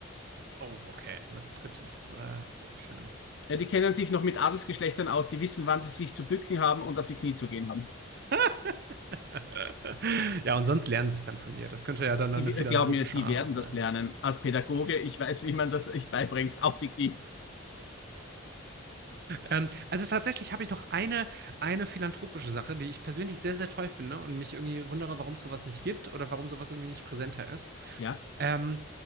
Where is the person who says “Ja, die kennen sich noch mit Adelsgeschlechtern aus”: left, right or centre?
Left